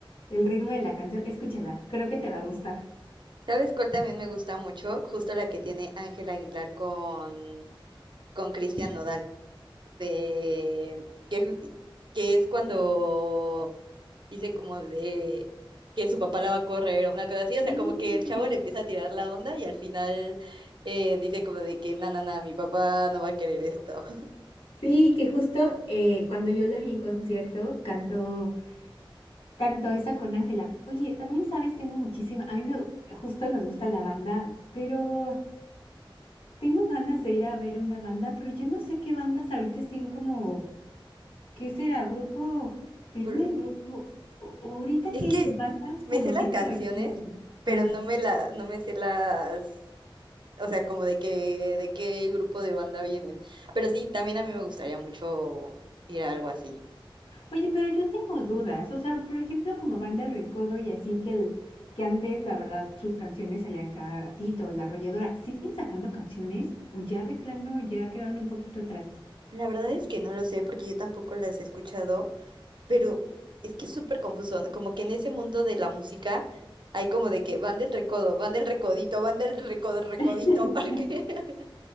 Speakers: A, on the left; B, on the right.
A: el ritmo de la canción, escúchala, creo que te va a gustar.
B: ¿Sabes cuál también me gusta mucho? Justo la que tiene Ángel Aguilar con... con Cristian Nodal, de que, ju- que es cuando dice como de que su papá la va a correr o una cosa así, o
A: Sí,
B: sea, como que el chavo le empieza a tirar la onda y al final eh, dice como de que, no, no, no, mi papá no va a querer esto.
A: sí, que justo eh, cuando yo la vi en concierto, cantó, cantó esa con Ángela. Oye, también sabes, tengo muchísima, a mí me, justo nos gusta la banda, pero tengo ganas de ir a ver una banda, pero ya no sé qué bandas ahorita estén como, ¿qué será? ¿Grupo firme?
B: <laughs> Ur-
A: ¿Grupo? o- o ahorita
B: Es
A: qué
B: que
A: bandas como
B: me sé las
A: tipo
B: canciones,
A: recodo?
B: pero
A: Ajá.
B: no me la, no me sé las, o sea, como de que, de qué grupo de banda vienen. Pero sí, también a mí me gustaría mucho ir a algo así.
A: Oye, pero yo tengo dudas, o sea, por ejemplo, como Banda El Recodo y así que el que antes, la verdad, sus canciones salían cada ratito, La Arrolladora, ¿siguen sacando canciones o ya de plano ya quedaron un poquito atrás?
B: La verdad es que no lo sé porque yo tampoco las he escuchado, pero es que es súper confuso, ¿no? Como que en ese mundo de la música hay como de que van del recodo, van del recodito, van del recodo, recodito,
A: <laughs>
B: porque... <laughs>